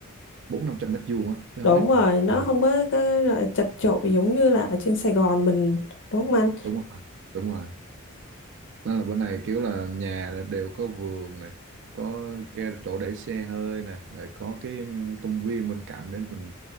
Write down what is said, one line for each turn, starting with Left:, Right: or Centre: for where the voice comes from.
Right: bốn năm trăm mét vuông á chứ không
Left: Đúng
Right: ít
Left: rồi, nó
Right: Ờ
Left: không có cái loại chật chội giống như là ở trên Sài Gòn mình đúng không anh?
Right: đúng rồi đúng rồi nên là bên này kiểu là nhà là đều có vườn nè có ga chỗ để xe hơi nè rồi có cái um, công viên bên cạnh để mình